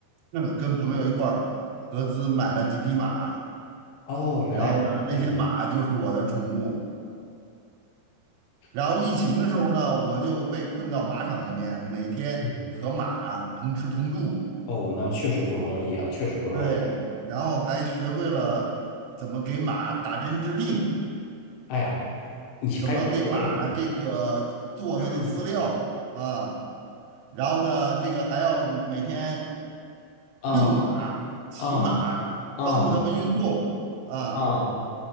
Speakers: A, on the right; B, on the left.
A: 嗯跟朋友一块儿合资买了几匹马，
B: 哦，原来是这样，
A: 然后呢，那些马就是我的宠物。然后疫情的时候呢，
B: 哦
A: 我就被困到马场里面，每天和马同吃同住，
B: 嗯哦，那确实不容易啊，确实不容易。
A: 对，然后还学会了怎么给马打针治病，
B: 哎呀，你还不累呢，
A: 怎么给马这个做它的饲料啊。
B: 嗯
A: 然后呢，这个还要每天
B: 啊
A: 遛马、骑马，
B: 啊啊
A: 帮助他们运动啊。
B: 啊！